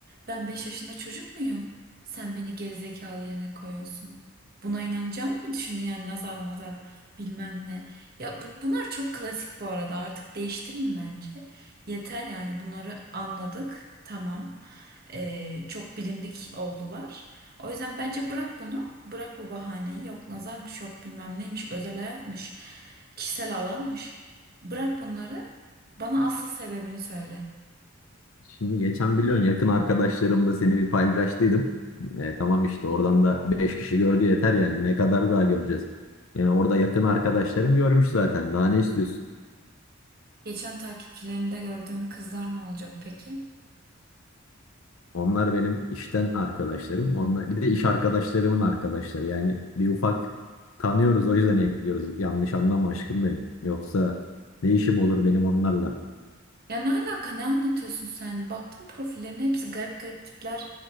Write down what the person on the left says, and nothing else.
Şimdi geçen biliyorsun yakın arkadaşlarımla seni bir paylaştıydım. E, tamam işte oradan da 5 kişi gördü yeter yani. Ne kadar daha göreceğiz? Yani orada yakın arkadaşlarım görmüş zaten. Daha ne istiyorsun?
Onlar benim işten arkadaşlarım. Onlar bir de iş arkadaşlarımın arkadaşları. Yani bir ufak tanıyoruz o yüzden ekliyoruz. Yanlış anlama aşkım benim. Yoksa ne işim olur benim onlarla?